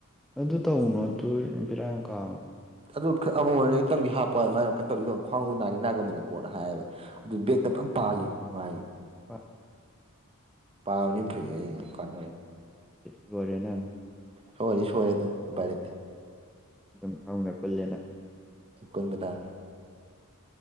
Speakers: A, in the centre; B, on the right.
A: ꯑꯗꯨ ꯇꯧꯅꯨ ꯑꯗꯨ ꯄꯕꯤꯔꯥ ꯌꯥꯝ ꯀꯥꯕ
B: ꯑꯗꯨ ꯑꯃ ꯑꯣꯏꯔꯅꯤꯇꯪꯗꯤ ꯍꯥꯞꯄ ꯍꯥꯏ ꯃꯥꯏꯅ ꯀꯩꯅ ꯇꯧꯔꯤꯗꯣ ꯈ꯭ꯋꯥꯡꯗꯣ ꯅꯥꯔꯤ ꯅꯥꯔꯝꯕꯅꯤꯀꯣꯅ ꯍꯥꯏꯌꯦꯕ ꯑꯗꯨ ꯕꯦꯛꯇ ꯄꯥꯂꯤ ꯅꯨꯡꯥꯏ
A: ꯍ
B: ꯄꯥꯕꯅꯤ ꯐꯩ ꯑꯩ ꯀꯥꯟꯅ
A: ꯂꯔꯦꯅꯦꯅ
B: ꯍꯔꯤ ꯁꯍꯔꯦ ꯑꯗꯨ ꯎꯄꯥꯏꯔꯠꯇꯦ
A: ꯑꯗꯨꯝ ꯊꯧꯅ ꯀꯨꯜꯂꯦꯅ
B: ꯣꯏꯗꯥ